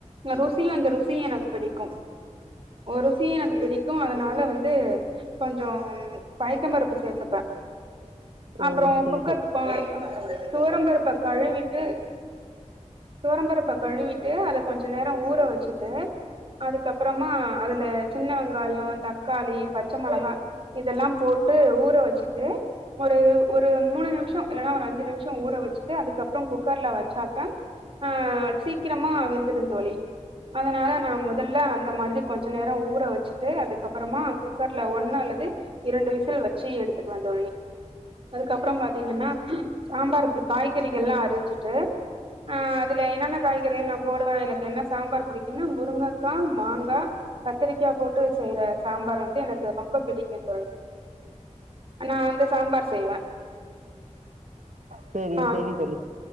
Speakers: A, on the right; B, on the right.
A: ருசியு அந்த ருசியு எனக்கு பிடிக்கு ஒ ருசியு எனக்கு பிடிக்கு அதனால வந்து கொஞ்சு பயித்தபருப்பு சேத்துப்பே அப்றோ
B: ம் செரி
A: குக்கர்ப்ப
B: தோழி
A: துவரம்பருப்ப கழுவிட்டு துவரம்பருப்ப கழுவிட்டு அத கொஞ்ச நேரோ ஊற வச்சுட்டு அதுக்கப்புறமா அதுல சின்ன வெங்காயோ தக்காளி பச்ச மிளகா இதெல்லா போட்டு ஊற வச்சுட்டு ஒரு ஒரு மூணு நிமிஷோ இல்லன்னா ஒரு அஞ்சு நிமிஷோ ஊற வச்சுட்டு அதுக்கப்றோ குக்கர்ல வச்சாக்க ஆ சீக்கிரமா வெந்துருந்தோழி அதனால நா முதல்ல அந்த மாதிரி கொஞ்ச நேர ஊற வச்சுட்டு அதுக்கப்புறமா குக்கர்ல ஒண்ணு அல்லது இரண்டு விசில் வச்சு எடுத்துக்குவே தோழி அதுக்கப்பறம் பாத்தீங்கன்னா சாம்பாருக்கு காய்கறிகள்ளா அரிஞ்சுட்டு ஆ அதுல என்னென்ன காய்கறிக நா போடுவே எனக்கு என்ன சாம்பார் பிடிக்குன்னா முருங்கக்கா மாங்கா கத்திரிக்கா போட்டு செய்ற சாம்பார் வந்து எனக்கு ரொம்ப பிடிக்கு தோழி நா அந்த சாம்பார் செய்வே
B: சேரி
A: ஆ
B: செரி தோழி